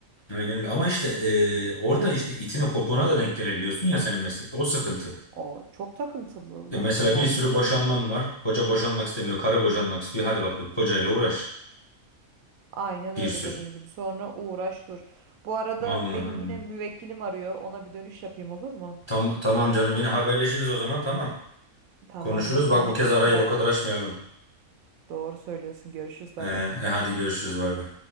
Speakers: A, on the left (about 25°); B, on the right (about 75°).
A: Aynen öyle. Ama işte e, orada işte itine kopuğuna da denk gelebiliyorsun ya senin meslekte. O sıkıntı.
B: O çok takıntılılar
A: E, Mesela
B: yani.
A: bir sürü boşanman var. Koca boşanmak istemiyor. Karı boşanmak istiyor. Hadi bakayım kocayla uğraş.
B: Aynen
A: Bir
B: öyle
A: sürü.
B: dediğin gibi. Sonra uğraş dur. Bu arada
A: Vallahi.
B: benim yine müvekkilim arıyor. Ona bir dönüş yapayım olur mu?
A: Tam, tamam canım yine haberleşiriz o zaman tamam.
B: Tamamdır.
A: Konuşuruz.
B: Kendine
A: Bak bu kez
B: çok
A: arayı
B: iyi bak.
A: bu kadar açmayalım.
B: Doğru söylüyorsun. Görüşürüz. Bay
A: E,
B: bay.
A: e, hadi görüşürüz bay bay.